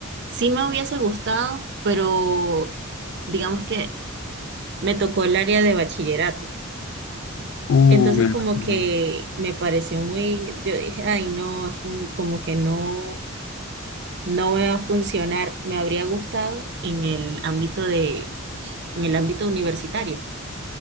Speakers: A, on the right; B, on the left.
A: sí me hubiese gustado, pero digamos que me tocó el área de bachillerato.
B: Uh,
A: Entonces
B: me
A: como
B: imagino.
A: que me pareció muy, yo dije, ay no, esto como que no, no me va a funcionar. Me habría gustado en el ámbito de, en el ámbito universitario,